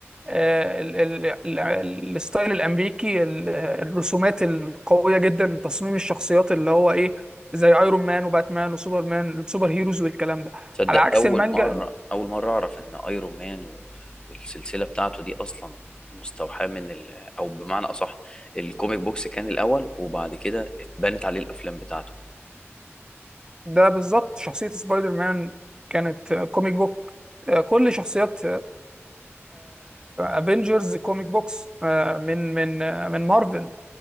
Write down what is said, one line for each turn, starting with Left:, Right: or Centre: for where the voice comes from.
Right: آه، ال- ال- ال- الستايل الامريكي ال- الرسومات القويه جدا تصميم الشخصيات اللي هو ايه زي ايرون مان وباتمان وسوبرمان السوبر هيروز والكلام ده
Left: تصدق
Right: على عكس
Left: اول
Right: المانجا
Left: مره اول مره اعرف ان ايرون مان و... والسلسله بتاعته دي اصلا مستوحاه من ال... او بمعنى اصح الكوميك بوكس كان الاول وبعد كده اتبنت عليه الافلام بتاعته
Right: ده بالظبط شخصيه سبايدر مان كانت كوميك بوك آه، كل
Left: م-
Right: شخصيات افنجرز كوميك بوكس آه، من من آه، من مارفل